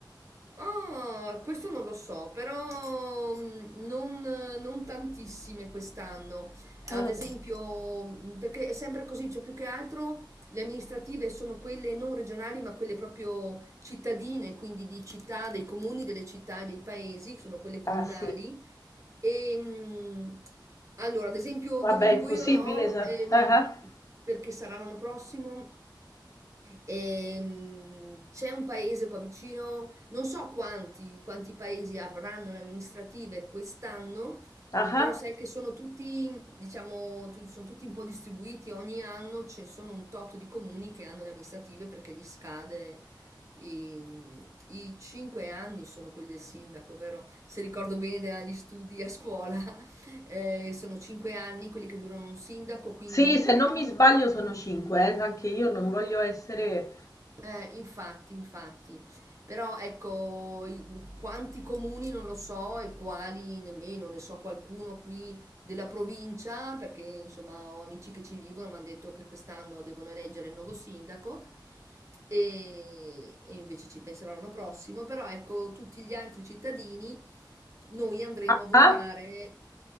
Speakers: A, on the right; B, on the left.
A: Ah, questo non lo so, però mm, non, non tantissime quest'anno.
B: Mm,
A: Ad esempio, mm, perché è sempre così, cioè più che altro le amministrative sono quelle non regionali, ma quelle proprio cittadine, quindi di città, dei comuni, delle città e dei paesi, sono quelle comunali.
B: Ah, sì.
A: E, mh, allora, ad esempio,
B: Vabbè,
A: dove vivo
B: è impossibile.
A: io no,
B: sa-
A: ehm,
B: Ah, ah,
A: perché sarà l'anno prossimo. Ehm, c'è un paese qua vicino, non so quanti, quanti paesi avranno le amministrative quest'anno,
B: ah.
A: però
B: ah.
A: sai che sono tutti, diciamo, tu- sono tutti un po' distribuiti, ogni anno ci sono un tot di comuni che hanno le amministrative perché gli scade i, i cinque anni sono quelli del sindaco, vero? Se ricordo bene dagli studi a scuola, <laughs> eh, sono cinque anni quelli che durano un sindaco, quindi
B: Sì, se non mi sbaglio sono cinque, eh, Anche io non voglio essere...
A: eh, infatti, infatti. Però ecco, i- quanti comuni non lo so e quali nemmeno, ne so qualcuno qui della provincia, perché insomma ho amici che ci vivono, mi hanno detto che quest'anno devono eleggere il nuovo sindaco e, e invece ci penserò l'anno prossimo, però ecco, tutti gli altri cittadini Noi andremo
B: Ah,
A: a votare
B: ah.